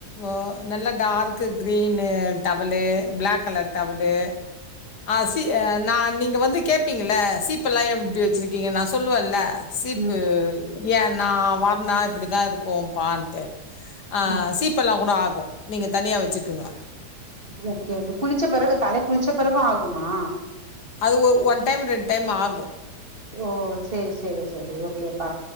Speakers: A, on the left; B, on the right.
A: ஒ நல்லா dark green towel black colour towel ஆசி எ நா நீங்க வந்து கேப்பீங்கள சீப்பல்லா எப்டி வச்சிருக்கீங்க நா சொல்லுவேல்ல ஸ்
B: ம்
A: ஏ நா வார்னா இப்படிதா இருக்கு பான்ட்டு ஆ
B: ம்
A: சீப்பல்லா கூட ஆகு நீங்க தனியா வச்சுக்குங்க
B: ஓகே ஓகே குளிச்ச பிறகு தலைக்கு குளிச்ச பிறகு ஆகுமா
A: அது ஒ ஒன் டைம் ரெண்டு டைம் ஆகு
B: ஓ செரி செரி செரி ஓகேப்பா